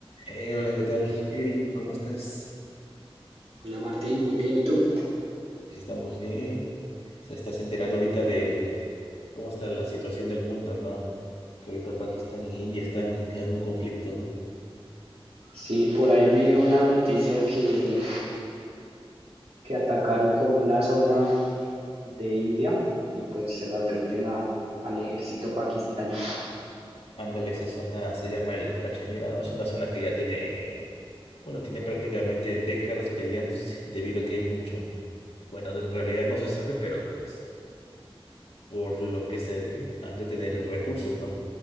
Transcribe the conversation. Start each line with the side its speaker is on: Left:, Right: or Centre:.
Left: Eh, hola, ¿qué tal, Eric? ¿Cómo estás?
Right: Hola Martín, muy bien, ¿y tú?
Left: Aquí estamos bien. Se estás enterado ahorita de cómo está la situación del mundo, ¿no? Que ahorita Pakistán e India están en un conflicto, ¿no?
Right: Sí, por ahí vi una noticia que, que atacaron como una zona de India y pues se lo atribuyen a, al ejército pakistaní.
Left: Ándale, esa zona se llama el Cachemira, ¿no? Es una zona que ya tiene, bueno, tiene prácticamente décadas peleándose debido a que hay mucho, bueno, en realidad no se sabe, pero pues por lo que se ve, han de tener recursos, ¿no?